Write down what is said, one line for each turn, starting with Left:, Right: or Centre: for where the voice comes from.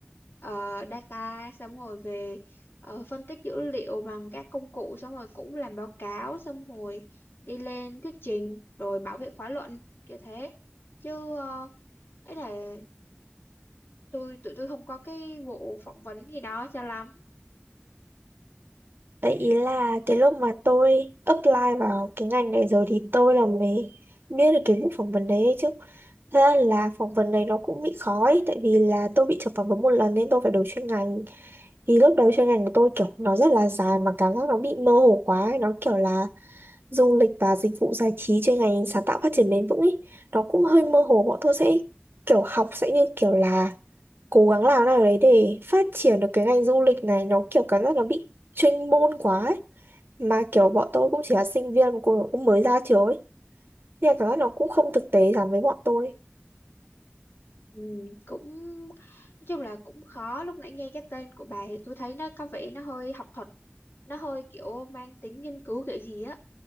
Left: ờ, data xong rồi về ờ, phân tích dữ liệu bằng các công cụ xong rồi cũng làm báo cáo xong rồi đi lên thuyết trình rồi bảo vệ khóa luận kiểu thế chứ uh, ấy là tôi tụi tôi không có cái vụ phỏng vấn gì đó cho lắm
Right: Đấy ý là cái lúc mà tôi apply vào cái ngành này rồi thì tôi là mới biết được cái vụ phỏng vấn đấy đấy chứ. Thật ra là phỏng vấn này nó cũng bị khó ấy, tại vì là tôi bị chụp phỏng vấn một lần nên tôi phải đổi chuyên ngành. Thì lúc đầu chuyên ngành của tôi kiểu nó rất là dài mà cảm giác nó bị mơ hồ quá ấy. Nó kiểu là du lịch và dịch vụ giải trí chuyên ngành sáng tạo phát triển bền vững ấy. Nó cũng hơi mơ hồ bọn tôi sẽ kiểu học sẽ như kiểu là cố gắng làm nào đấy để phát triển được cái ngành du lịch này nó kiểu cảm giác nó bị chuyên môn quá ấy. mà kiểu bọn tôi cũng chỉ là sinh viên mà cũng, cũng mới ra trường ấy nên là cảm giác nó cũng không thực tế lắm với bọn tôi
Left: Ừ, cũng nói chung là cũng khó lúc nãy nghe cái tên của bà thì tôi thấy nó có vẻ nó hơi học thuật nó hơi kiểu mang tính nghiên cứu kiểu gì á